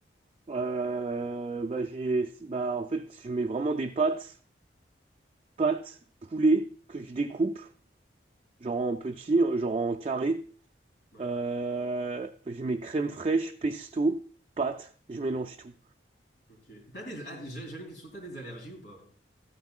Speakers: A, on the right; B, on the left.
A: euh, bah, j'ai... Bah, en fait, je mets vraiment des pâtes, pâtes, poulet, que je découpe, genre en petits, genre en carré.
B: Ouais.
A: Euh, je mets crème fraîche, pesto, pâtes, je mélange tout.
B: Ok. T'as des, ah, j'a- j'avais une question. T'as des allergies ou pas?